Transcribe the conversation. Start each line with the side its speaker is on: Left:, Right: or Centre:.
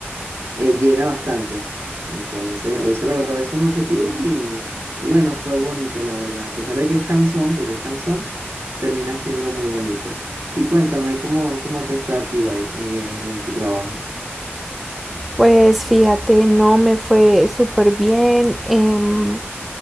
Right: eh, llena bastante. Entonces, hoy se logró esos objetivos y, y bueno, fue bonito, la verdad. A pesar de que es cansón, porque es cansón, termina siendo muy bonito. Y cuéntame, ¿cómo, cómo te fue a ti hoy eh, en tu trabajo?
Centre: Pues fíjate, no me fue súper bien. em,